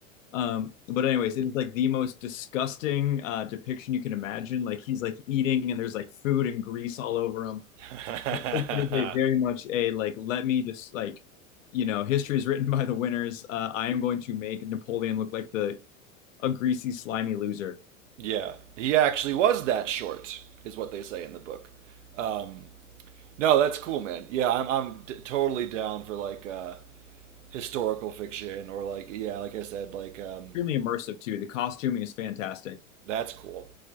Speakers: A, on the left; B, on the right.
A: Um, but anyways, it is like the most disgusting uh, depiction you can imagine. Like he's like eating and there's like food and grease all over him.
B: <laughs>
A: It, it is a very much a like let me just like you know history is written <laughs> by the winners. Uh, I am going to make Napoleon look like the a greasy slimy loser.
B: Yeah, he actually was that short, is what they say in the book. Um, no, that's cool, man. Yeah, I'm I'm d- totally down for like uh, historical fiction or like yeah, like I said, like um,
A: extremely immersive too. The costuming is fantastic.
B: that's cool.